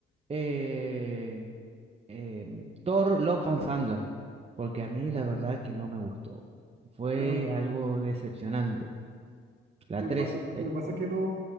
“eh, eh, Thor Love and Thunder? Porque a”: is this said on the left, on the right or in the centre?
Right